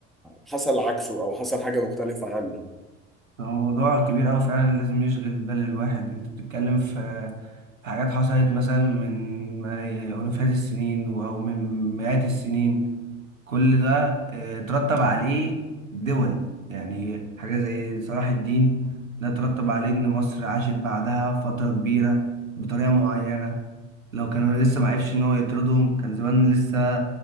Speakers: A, in the centre; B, on the right (about 80°).
A: حصل عكسه او حصل حاجة مختلفة عنه
B: هو موضوع كبير أوي فعلا لازم يشغل بال الواحد انت بتتكلم في في حاجات حصلت مثلا من ملاي- ألوفات السنين أو من مئات السنين كل ده آه، ترتب عليه دول يعني حاجة زي صلاح الدين ده ترتب عليه إن مصر عاشت بعدها فترة كبيرة بطريقة معينة لو كانوا لسه معرفش إن هو يطردهم كان زمان لسه